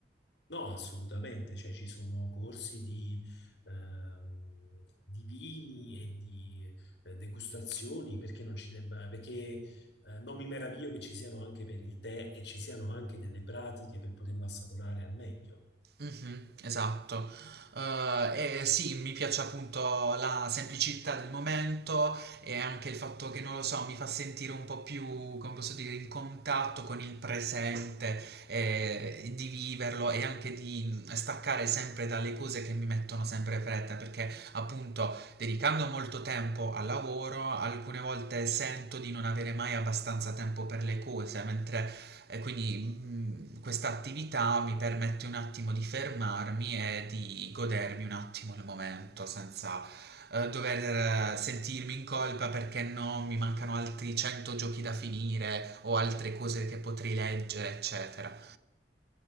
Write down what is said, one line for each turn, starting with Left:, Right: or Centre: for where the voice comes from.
Left: No, assolutamente, cioè ci sono corsi di, ehm, di vini e di eh, degustazioni, perché non ci debba, perché eh, non mi meraviglio che ci siano anche per il tè e ci siano anche delle pratiche per poterlo assaporare al meglio.
Right: Mh-mh, esatto. Uhm, e sì, mi piace appunto la semplicità del momento e anche il fatto che, non lo so, mi fa sentire un po' più, come posso dire, in contatto con il presente, ehm, di viverlo e anche di, mhmm, staccare sempre dalle cose che mi mettono sempre fretta, perché appunto dedicando molto tempo al lavoro, alcune volte sento di non avere mai abbastanza tempo per le cose, mentre e quindi mh, questa attività mi permette un attimo di fermarmi e di godermi un attimo il momento senza eh, dover eh, sentirmi in colpa perché no, mi mancano altri 100 giochi da finire o altre cose che potrei leggere, eccetera.